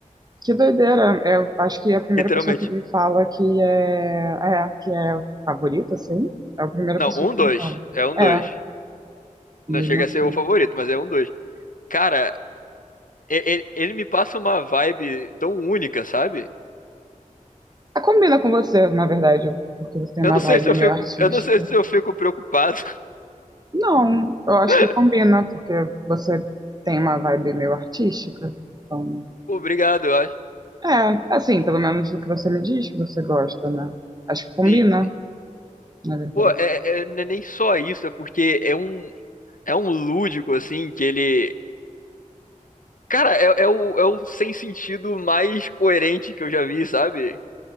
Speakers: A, on the right; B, on the left.
A: Que doideira! Eu acho que a primeira
B: Literalmente.
A: pessoa que me fala que é, é que é o favorito, assim, é a primeira
B: Não,
A: pessoa
B: um,
A: que
B: dois.
A: me fala.
B: É um,
A: É,
B: dois.
A: mesmo
B: Não chega
A: assim.
B: a ser o favorito, mas é um, dois. Cara, e- ele, ele me passa uma vibe tão única, sabe?
A: Ah, combina com você, na verdade, porque você tem
B: Eu
A: uma
B: não sei
A: vibe
B: se eu
A: meio
B: fico,
A: artística.
B: eu não sei se eu fico preocupado.
A: Não, eu acho
B: <laughs>
A: que combina, porque você tem uma vibe meio artística. Então,
B: Obrigado, eu acho.
A: É, assim, pelo menos o que você me diz que você gosta, né? Acho que combina,
B: Sim, sim.
A: na verdade.
B: Pô, é, é- não é nem só isso, é porque é um, É um lúdico, assim, que ele. Cara, é, é o, é o sem sentido mais coerente que eu já vi, sabe?